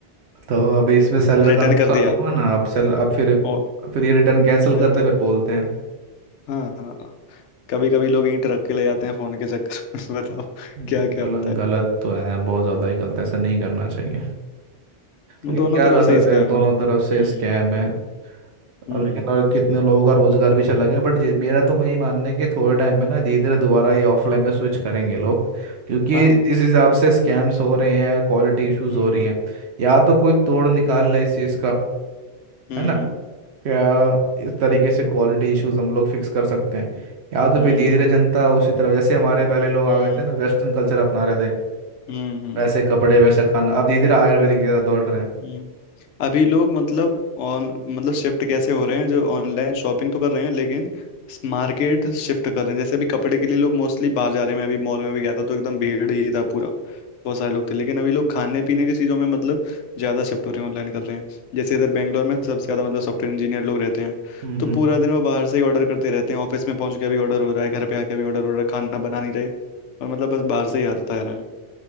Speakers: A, on the right; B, on the left.
A: तो अब इसमें सेलर
B: रिटर्न
A: का नुकसान
B: कर दिया
A: हुआ ना अब सेलर अब फिर
B: और
A: फिर ये रिटर्न कैंसिल
B: वही
A: करते
B: तो
A: हैं, फिर बोलते हैं
B: हाँ कभी कभी लोग ईंट रख के ले जाते हैं फोन के चक्कर में <laughs> बताओ
A: हम्म,
B: क्या क्या
A: गलत
B: होता
A: गलत तो है बहुत ज़्यादा ही गलत है, ऐसा नहीं करना चाहिए
B: है
A: लेकिन
B: दोनों
A: क्या
B: तरफ
A: कर
B: से
A: सकते
B: इसके
A: हैं
B: हमें
A: दोनों
B: हम्म
A: तरफ से स्कैम है
B: हम्म
A: और लेकिन और कितने लोगों का रोजगार भी चला गया बट ये- मेरा तो यही मानना है कि थोड़े टाइम में ना धीरे धीरे दोबारा ये ऑफलाइन में स्विच करेंगे लोग क्योंकि
B: हाँ
A: जिस हिसाब से स्कैम्स हो रहे हैं क्वालिटी इश्यूज
B: हम्म
A: हो रही हैं या तो कोई तोड़ निकाल ले इस चीज़ का
B: हम्म
A: है ना क्या इस तरीके से क्वालिटी इश्यूज हम लोग फिक्स कर सकते हैं या तो
B: हम्म
A: फिर धीरे धीरे जनता उसी तरफ जैसे हमारे पहले लोग
B: हम्म
A: आ गए थे ना वेस्टर्न कल्चर अपना रहे थे
B: हम्म हम्म
A: वैसे कपड़े वैसा खाना अब धीरे धीरे आयुर्वेदिक की तरफ दौड़ रहे हैं
B: हम्म। अभी लोग मतलब ऑन मतलब शिफ्ट कैसे हो रहे हैं जो ऑनलाइन शॉपिंग तो कर रहे हैं लेकिन मार्केट शिफ्ट कर रहे हैं जैसे अभी कपड़े के लिए लोग मोस्टली बाहर जा रहे हैं मैं अभी मॉल में भी गया था तो एकदम भीड़ ही था पूरा बहुत सारे लोग थे लेकिन अभी लोग खाने पीने की चीज़ों में मतलब ज़्यादा शिफ्ट हो रहे हैं ऑनलाइन कर रहे हैं जैसे इधर बैंगलोर में सबसे ज़्यादा मतलब सॉफ्टवेयर इंजीनियर लोग रहते हैं
A: हम्म
B: तो पूरा दिन वो बाहर से ही ऑर्डर करते रहते हैं ऑफिस में पहुंच के भी ऑर्डर हो रहा है घर पे आके भी ऑर्डर हो रहा है खाना बना नहीं रहे और मतलब बस बाहर से ही आता रहा है